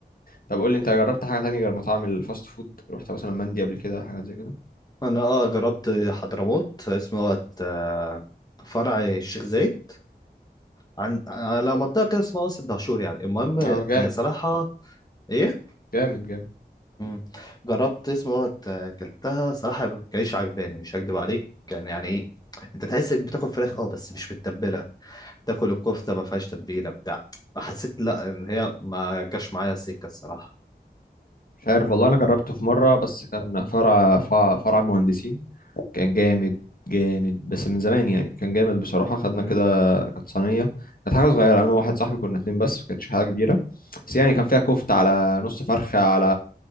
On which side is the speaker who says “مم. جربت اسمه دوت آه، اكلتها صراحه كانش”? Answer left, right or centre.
Left